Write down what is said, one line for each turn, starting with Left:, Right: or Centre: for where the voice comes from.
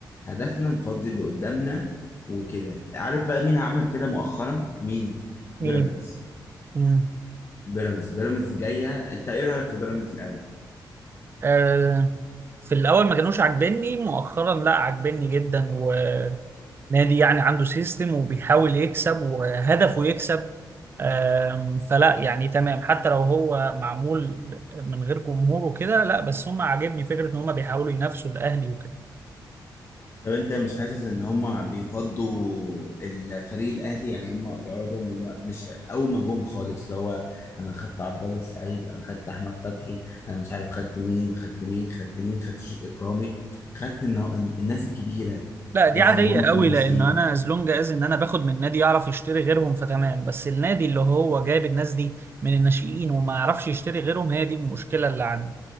Left: هدفنا نفضي اللي قدامنا وكده عارف بقى مين عمل كده مؤخرا مين
Right: مين؟
Left: بيراميدز
Right: مم.
Left: بيراميدز بيراميدز جايه انت ايه رايك في بيراميدز الاول
Right: آه في الاول ما كانوش عاجبني مؤخرا لا عاجبني جدا ونادي يعني عنده سيستم وبيحاول يكسب وهدفه يكسب آم، فلا يعني تمام حتى لو هو معمول من غير جمهور وكده لا بس هم عاجبني فكره ان هم بيحاولوا ينافسوا الاهلي وكده
Left: طب انت مش حاسس ان هم بيفضوا الفريق الاهلي يعني هم غرضهم هم مش اول ما جم خالص اللي هو انا خدت عبد الله السعيد انا خدت احمد فتحي انا مش عارف خدت مين خدت مين خدت مين خدت شريف اكرامي خدت النا- الناس الكبيره
Right: لا دي
Left: الناس
Right: عادية
Left: اللي هم
Right: قوي
Left: كانوا ماسكين
Right: لأن أنا از لونج از إن أنا باخد من نادي يعرف يشتري غيرهم فتمام بس النادي اللي هو جايب الناس دي من الناشئين وما يعرفش يشتري غيرهم هي دي المشكلة اللي عندي